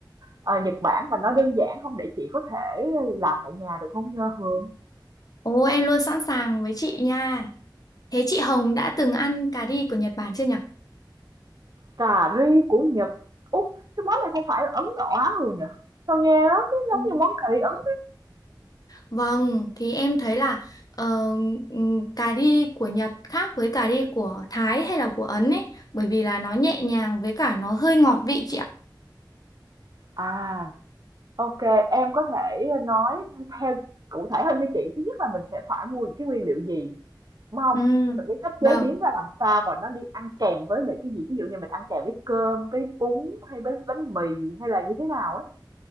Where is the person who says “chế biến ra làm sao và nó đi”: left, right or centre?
Right